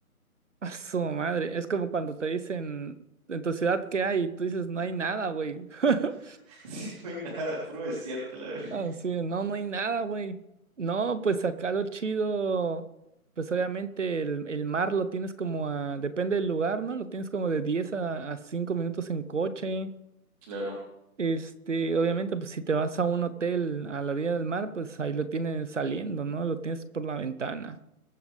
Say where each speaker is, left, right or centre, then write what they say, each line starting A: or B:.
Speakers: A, on the right; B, on the right.
A: <laughs> A su madre, es como cuando te dicen, en tu ciudad, ¿qué hay? Y tú dices, no hay nada, güey. <laughs>
B: <laughs> Sí, no hay nada, puro desierto, la verdad.
A: Así de, no, no hay nada, güey. No, pues acá lo chido, pues obviamente el, el mar lo tienes como a, depende del lugar, ¿no? Lo tienes como de 10 a, a 5 minutos en coche.
B: Claro.
A: Este, obviamente, pues si te vas a un hotel a la orilla del mar, pues ahí lo tienes saliendo, ¿no? Lo tienes por la ventana.